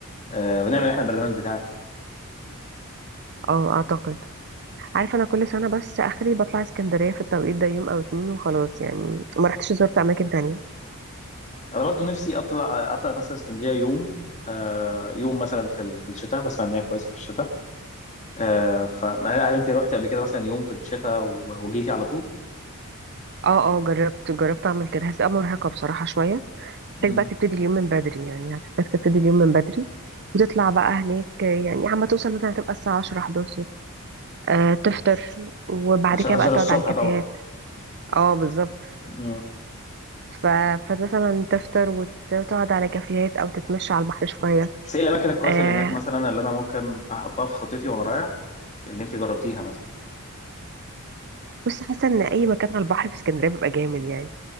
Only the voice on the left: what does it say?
آه ونعمل احنا البرنامج بتاعنا
انا برضو نفسي اطلع اطلع مثلا اسكندريه يوم آه يوم مثلا في ال- في الشتاء بسمع ان هي كويسه في الشتاء آه ف هل انت روحتي قبل كده مثلا يوم في الشتاء و- وجيتي على طول
مم.
عشان
احضر
الصبح
طبعا
مم.
بس ايه الاماكن الكويسه
اللي هناك مثلا اللي انا ممكن احطها في خطتي وانا رايح اللي انت جربتيها مثلا